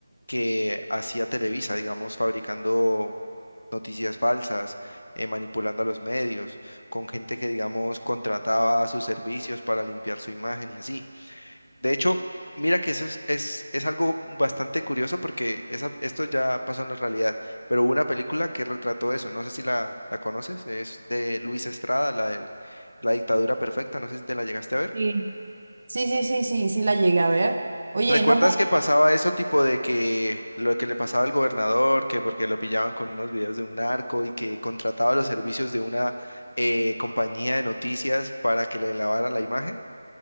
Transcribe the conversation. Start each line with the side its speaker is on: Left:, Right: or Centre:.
Left: que hacía Televisa, digamos, fabricando noticias falsas, eh, manipulando a los medios, con gente que, digamos, contrataba sus servicios para limpiar su imagen y así. De hecho, mira que eso es, es, es algo bastante curioso porque esa, esto ya pasó en la realidad, pero hubo una película que retrató eso, no sé si la, la conoces, es de Luis Estrada, la de La dictadura perfecta, no sé si te la llegaste a ver.
Right: Sí. Sí, sí, sí, sí, sí la llegué a ver. Oye,
Left: ¿Recuerdas
Right: no puedo...
Left: que pasaba eso tipo de que lo que le pasaba al gobernador, que porque lo pillaban con unos videos de un narco y que contrataba los servicios de una eh, compañía de noticias para que le lavaran la imagen?